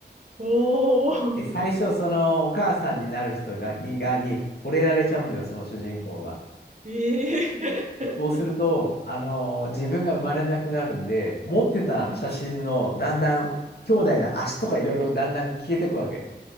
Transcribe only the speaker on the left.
で、最初、そのお母さんになる人が、に、が、に、惚れられちゃうんだよ、その主人公が。
そうすると、あのー自分が生まれなくなるんで、持ってた写真の、
だんだん、兄弟の足とかいろいろだんだん消えてくわけ。